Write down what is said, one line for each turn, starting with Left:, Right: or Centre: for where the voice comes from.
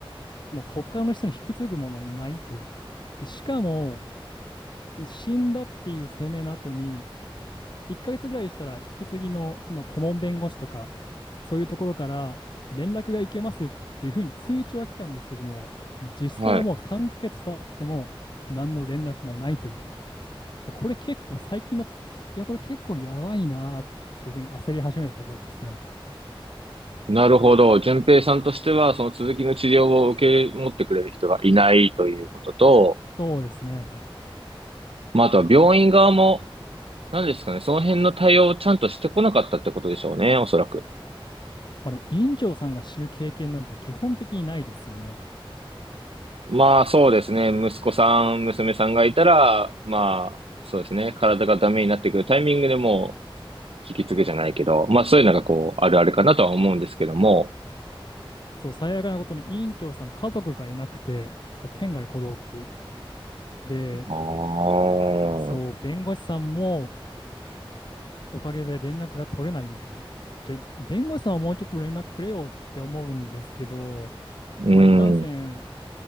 Left: もう他の人に引き継ぐものいないという。で、しかも、死んだっていう声明の後に、1ヶ月ぐらいしたら引き継ぎの今顧問弁護士とかそういうところから連絡がいけますっていうふうに通知は来たんですけども、もう実際はもう3ヶ月経っても何の連絡もないという。
Right: はい
Left: で、これ結構最近になって、いや、これ結構やばいなーっていうふうに焦り始めたところですね。
Right: なるほど。順平さんとしては、その続きの治療を受け持ってくれる人がいないということと、
Left: そうですね。
Right: まあ、あとは病院側も、何ですかね、その辺の対応をちゃんとしてこなかったってことでしょうね、おそらく。
Left: まあでも院長さんが死ぬ経験なんて基本的にないですよね。
Right: まあ、そうですね。息子さん、娘さんがいたら、まあ、そうですね。体がダメになってくるタイミングでもう、引き継ぐじゃないけど、まあ、そういうのがこう、あるあるかなとは思うんですけども。
Left: そう、最悪なことに委員長さん家族がいなくて、で天涯孤独で、
Right: ああ、
Left: そう、弁護士さんもおかげで連絡が取れないみたいな。じゃ、弁護士さんはもうちょっと連絡くれよって思うんですけど、
Right: うん、
Left: まあ、いかんせん、
Right: うん、